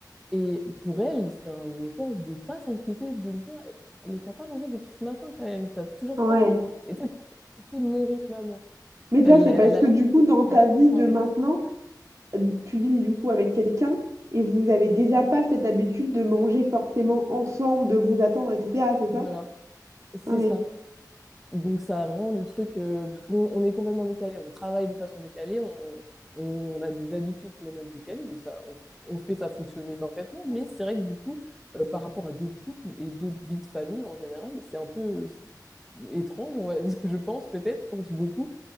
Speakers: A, in the centre; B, on the right.
A: Et pour elle, c'est un effort de pas s'inquiéter, de me dire, mais t'as pas mangé depuis ce matin quand même, t'as toujours
B: Ouais.
A: pas faim, et tu sais, de respecter mon rythme à moi.
B: Mais ça,
A: Elle,
B: c'est
A: elle
B: parce
A: a
B: que
A: l'habitude,
B: du coup, dans ta
A: mais je sais
B: vie
A: que c'est
B: de maintenant,
A: un effort pour elle.
B: tu vis du coup avec quelqu'un et vous avez déjà pas cette habitude de manger forcément ensemble, de vous attendre, etc. C'est ça?
A: Voilà, c'est
B: Ouais.
A: ça. Donc ça rend le truc, euh, parce qu'on on est complètement décalé, on travaille de façon décalée, on, on a des habitudes complètement décalées, donc ça, on, on fait ça fonctionner parfaitement, mais c'est vrai que du coup, euh, par rapport à d'autres couples et d'autres vies de famille en général, c'est un peu, euh, étrange, on va dire, <laughs> je pense peut-être pour beaucoup,